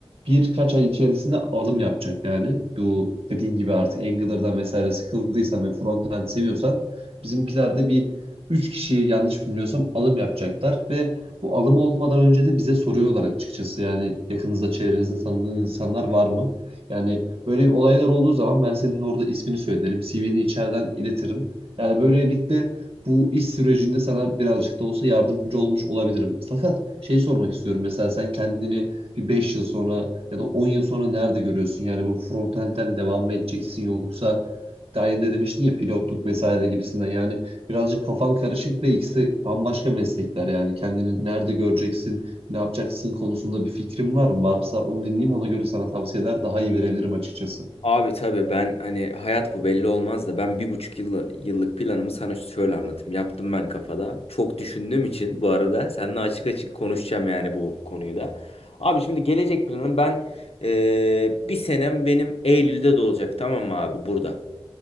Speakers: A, on the right; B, on the left.
A: birkaç ay içerisinde alım yapacak yani. Bu dediğin gibi artık Angular'dan vesaire sıkıldıysan ve frontend seviyorsan bizimkiler de bir üç kişi yanlış bilmiyorsam alım yapacaklar ve bu alım olmadan önce de bize soruyorlar açıkçası. Yani yakınızda çevrenizde tanıdığınız insanlar var mı? Yani böyle olaylar olduğu zaman ben senin orada ismini söylerim, CV'ni içeriden iletirim. Yani böylelikle bu iş sürecinde sana birazcık da olsa yardımcı olmuş olabilirim. Fakat şey sormak istiyorum. Mesela sen kendini bir 5 yıl sonra ya da 10 yıl sonra nerede görüyorsun? Yani bu frontend'den devam mı edeceksin yoksa daha yeni de demiştin ya pilotluk vesaire gibisinden. Yani birazcık kafan karışık ve ikisi bambaşka meslekler yani kendini nerede göreceksin, ne yapacaksın konusunda bir fikrin var mı? Varsa onu dinleyeyim ona göre sana tavsiyeler daha iyi verebilirim açıkçası.
B: Abi tabii ben hani hayat bu belli olmaz da ben bir buçuk yılla- yıllık planımı sana şöyle anlatayım. Yaptım ben kafada. Çok düşündüğüm için bu arada seninle açık açık konuşacağım yani bu konuyu da. Abi şimdi gelecek planım ben eee, bir senem benim Eylül'de de olacak tamam mı abi burada.